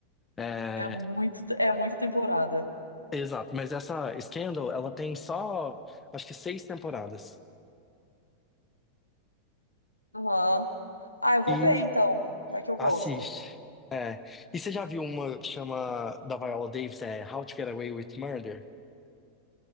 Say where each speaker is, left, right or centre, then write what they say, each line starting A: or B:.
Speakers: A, on the left (about 20°); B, on the left (about 85°).
A: é...
B: É muito, é muito temporada.
A: Exato, mas essa Scandal, ela tem só, acho que seis temporadas.
B: Aham. Ah, eu vou
A: E
B: ver então. Vai que eu gosto.
A: assiste. É. E você já viu uma que chama da Viola Davis, é How to Get Away with Murder?